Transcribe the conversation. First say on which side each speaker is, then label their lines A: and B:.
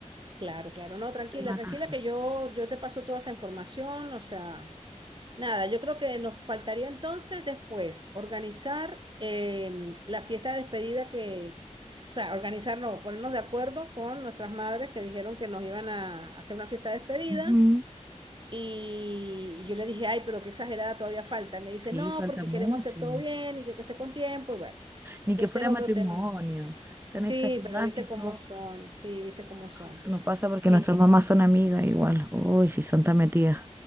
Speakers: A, on the right (about 40°); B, on the right (about 20°).
A: Claro, claro. No, tranquila,
B: Una
A: tranquila,
B: cara.
A: que yo, yo te paso toda esa información. O sea, nada, yo creo que nos faltaría entonces después organizar em, la fiesta de despedida que, o sea, organizar, no, ponernos de acuerdo con nuestras madres que dijeron que nos iban a hacer una fiesta de despedida.
B: Ujú.
A: Y, y yo le dije, ay, pero qué exagerada todavía falta. Y me dice,
B: Sí,
A: no,
B: falta
A: porque
B: mucho.
A: queremos hacer todo bien y que, que sea con tiempo. Y bueno,
B: Ni
A: que
B: que
A: ese
B: fuera
A: es otro
B: matrimonio.
A: tema más.
B: Tan
A: Sí,
B: exageradas
A: pero viste
B: que son.
A: cómo son, sí, viste cómo son.
B: Se nos pasa porque
A: Em,
B: nuestras mamás son amigas igual. Uy, si son tan metidas.